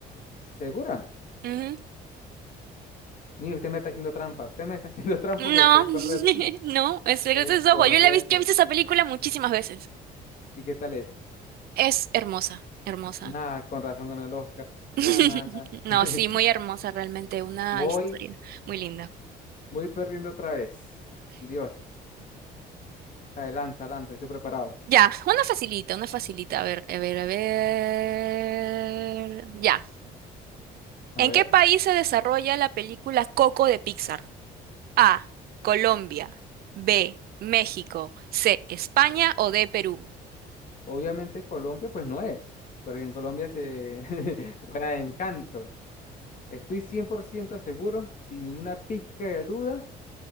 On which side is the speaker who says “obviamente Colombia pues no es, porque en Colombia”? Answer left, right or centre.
Left